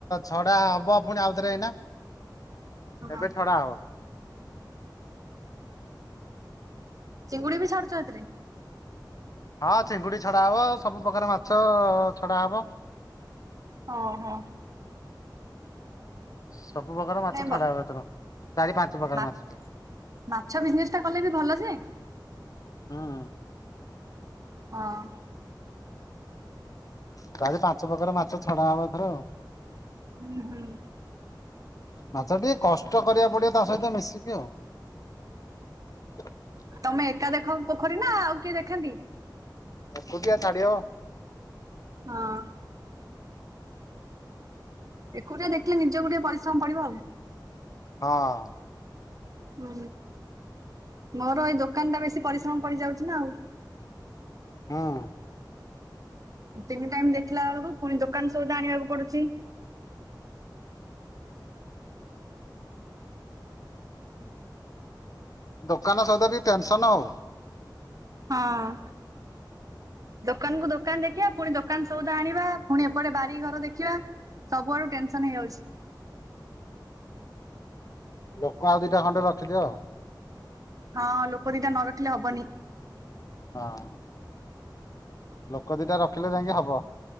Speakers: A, on the left; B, on the right.
A: ଛଡା ହବ ପୁଣି ଆଉଥରେ ଏଇନା।
B: ହଁ
A: ଏବେ ଛଡା ହବ?
B: ଚିଙ୍ଗୁଡି ବି ଛାଡୁଛ ହେଥିରେ?
A: ହଁ ଚିଙ୍ଗୁଡ଼ି ଛଡ଼ା ହେବ ସବୁ ପ୍ର୍ରକାର ମାଛ ଛଡ଼ା ହେବ।
B: ହଁ ହଁ।
A: ସବୁ ପ୍ରକାର ମାଛ
B: ନାଇଁ
A: ଛଡା
B: ଭଲ
A: ହବ ଏଥର ଚାରି ପାଞ୍ଚ ପ୍ରକାର
B: ମା
A: ମାଛ।
B: ମାଛ ବିଜିନେସ ଟା କଲେ ବି ଭଲ ଯେଁ
A: ହୁଁ।
B: ହଁ।
A: ଚାରି ପାଞ୍ଚ ପ୍ରକାରର ମାଛ ଛଡା ହବ ଏଥର ଆଉ।
B: ହୁଁ ହୁଁ।
A: ମାଛ ଟିକେ କଷ୍ଟ କରିବାକୁ ପଡିବ ତା ସହିତ ମିଶିକି ଆଉ। <unintelligible>
B: ତମେ ଏକା ଦେଖ ପୋଖରୀ ନା ଆଉ କିଏ ଦେଖେନ୍ତି?
A: ଏକୁଟିଆ ଛାଡ଼ି ହବ?
B: ହଁ। ଏକୁଟିଆ ଦେଖିଲେ ନିଜକୁ ଟିକେ ପରିଶ୍ରମ ପଡିବ ଆଉ।
A: ହଁ।
B: ହୁଁ ମୋର ଏଇ ଦୋକାନ ଟା ବେଶୀ ପରିଶ୍ରମ ପଡିଯାଉଛି ନା ଆଉ।
A: ହଁ।
B: ତିନି ଟାଇମ ଦେଖିଲା ବେଳକୁ ପୁଣି ଦୋକାନ ସଉଦା ଆଣିବାକୁ ପଡୁଛି।
A: ଦୋକାନ ସଉଦା ଟିକେ ଟେନସନ୍ ଆଉ।
B: ହଁ। ଦୋକାନକୁ ଦୋକାନ ଦେଖିବା ପୁଣି ଦୋକାନ ସଉଦ ଆଣିବା ପୁଣି ଏପଟେ ବାରି ଘର ଦେଖିବା। ସବୁ ଆଡୁ ଟେନସନ ହେଇଯାଉଛି।
A: ଲୋକ ଆଉ ଦିଟା ଖଣ୍ଡେ ରଖିଦିଅ।
B: ହଁ ଲୋକ ଦିଟା ନ ରଖିଲେ ହବନି।
A: ହଁ। ଲୋକ ଦିଟା ରଖିଲେ ଯାଇକି ହବ।